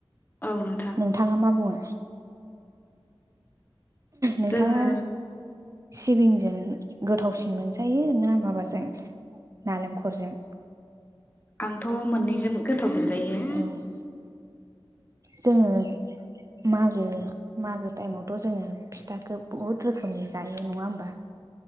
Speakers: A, on the left; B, on the right.
A: औ नोंथां।
B: नोंथाङा मा बुङो? नोंथाङा
A: जोङो
B: सिबिंजों गोथावसिन मोनजायो ना माबाजों नालेंखरजों?
A: आंथ' मोननैजों गोथाव मोनजायो।
B: औ। जोङो मागो मागो टाइमावथ' जोङो फिथाखौ बुहुद रोखोमनि जायो नङा होमबा?